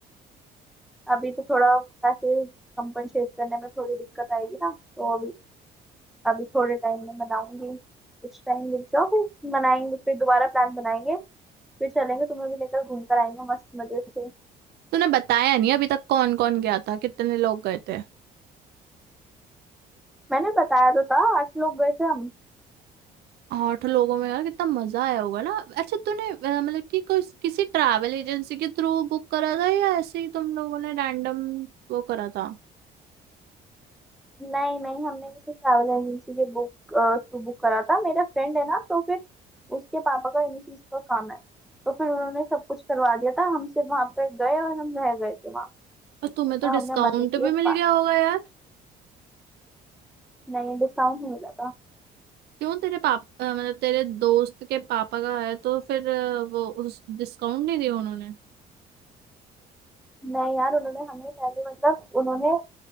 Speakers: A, in the centre; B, on the right.
A: अभी तो थोड़ा पैसे कंपनसेट करने में थोड़ी दिक्कत आएगी ना तो अभी अभी थोड़े टाइम में मनाऊंगी कुछ टाइम रुक जाओ फिर मनाएंगे फिर दोबारा प्लान बनाएंगे फिर चलेंगे तुम्हें भी लेकर घूम कर आएंगे मस्त मजे से
B: तूने बताया नहीं अभी तक कौन कौन गया था कितने लोग गए थे
A: मैंने बताया तो था आठ लोग गए थे हम
B: आठ लोगों में यार कितना मजा आया होगा ना अच्छा तूने अ, मतलब कि कोई किसी ट्रैवल एजेंसी के थ्रू बुक करा था या ऐसे ही तुम लोगों ने रैंडम वो करा था
A: नहीं नहीं हमने किसी ट्रैवल एजेंसी के बुक थ्रू बुक करा था मेरा फ्रेंड है ना तो फिर उसके पापा का इन्हीं चीज का काम है तो फिर उन्होंने सब कुछ करवा दिया था हम सिर्फ वहां पर गए और हम रह गए थे वहाँ
B: और तुम्हें तो
A: और हमने
B: डिस्काउंट
A: मजे किए
B: भी मिल
A: बस
B: गया होगा यार
A: नहीं डिस्काउंट नहीं मिला था
B: क्यों तेरे पाप अ, मतलब तेरे दोस्त के पापा का है तो फिर अ, वो उस डिस्काउंट नहीं दिया उन्होंने
A: नहीं यार उन्होंने हमें पहले मतलब उन्होंने